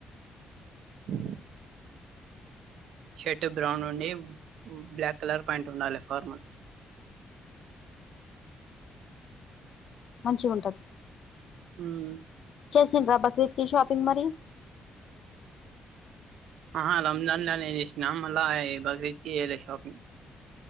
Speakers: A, on the right (about 85°); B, on the left (about 70°).
A: ఉ షర్ట్ బ్రౌన్ ఉండి బ్లాక్ కలర్ ప్యాంట్ ఉండాలె ఫార్మల్
B: మంచిగుంటద్
A: ఉమ్
B: చేసిండ్రా బక్రీద్కి శాపింగ్ మరి
A: ఆ రంజాన్ లానేే చేసినా మళ్ళా బక్రీద్కి చేయాలె షాపింగ్